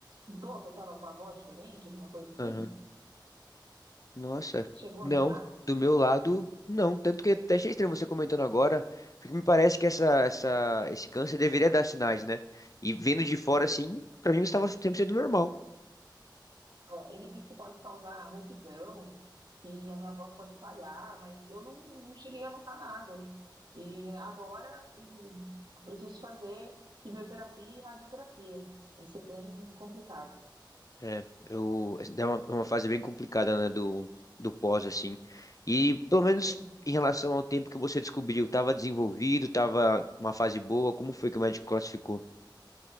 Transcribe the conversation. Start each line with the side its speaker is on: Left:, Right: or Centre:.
Right: Notou que eu estava com a voz diferente, alguma coisa assim?
Left: Aham. Nossa,
Right: Chegou
Left: não.
Right: a notar?
Left: Do meu lado, não. Tanto que até achei estranho você comentando agora, porque me parece que essa, essa, esse câncer deveria dar sinais, né? E vendo de fora, assim, pra mim estava 100% normal.
Right: É, ele disse que pode causar rouquidão, que a minha voz pode falhar, mas eu não, não cheguei a notar nada. E agora hum, eu preciso fazer quimioterapia e radioterapia. Vai ser bem complicado.
Left: É, eu, é uma, é uma fase bem complicada, né, do, do pós, assim. E pelo menos
Right: Sim.
Left: em relação ao tempo que você descobriu, estava desenvolvido, estava uma fase boa, como foi que o médico classificou?